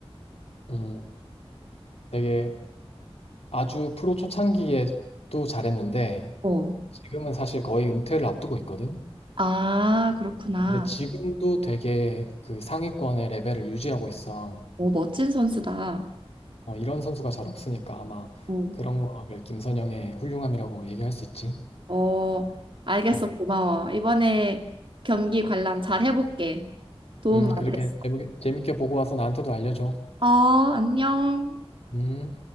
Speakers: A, on the left; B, on the right.
A: 음, 되게 아주 프로 초창기에도 잘했는데
B: 어.
A: 지금은 사실 거의 은퇴를 앞두고 있거든.
B: 아, 그렇구나.
A: 근데 지금도 되게 그 상위권의 레벨을 유지하고 있어.
B: 오, 멋진 선수다.
A: 어, 이런 선수가 잘 없으니까 아마
B: 오.
A: 그런 거를 김선영의 훌륭함이라고 얘기할 수 있지.
B: 어, 알겠어.
A: 음,
B: 고마워. 이번에 경기 관람 잘 해볼게. 도움
A: 음,
B: 많이
A: 그렇게
B: 됐어.
A: 재밌게, 재밌게 보고 와서 나한테도 알려줘.
B: 어, 안녕.
A: 음.